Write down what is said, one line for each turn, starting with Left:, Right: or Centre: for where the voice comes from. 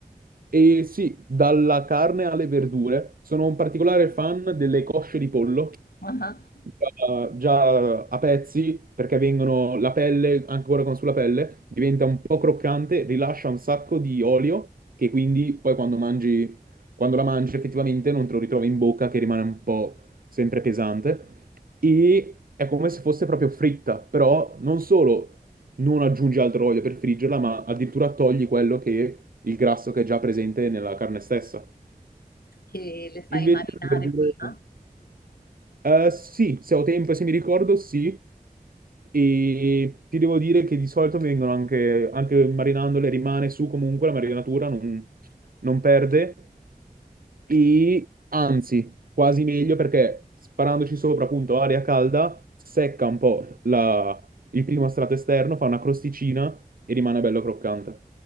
Right: E sì, dalla carne alle verdure, sono un particolare fan delle cosce di pollo
Left: Ah. ah.
Right: già già a pezzi perché vengono la pelle, ancora con sulla pelle, diventa un po' croccante, rilascia un sacco di olio che quindi poi quando mangi, quando la mangi effettivamente non te lo ritrovi in bocca che rimane un po' sempre pesante e è come se fosse proprio fritta, però non solo non aggiungi altro olio per friggerla, ma addirittura togli quello che il grasso che è già presente nella carne stessa.
Left: che le fai
Right: Invece
Left: marinare
Right: le verdure
Left: prima.
Right: eh, sì, se ho tempo, e se mi ricordo, sì. E ti devo dire che di solito vengono anche, anche marinandole, rimane su comunque la marinatura, non, non perde. E anzi, quasi meglio perché sparandoci sopra, appunto, aria calda, secca un po' la- il primo strato esterno, fa una crosticina e rimane bello croccante.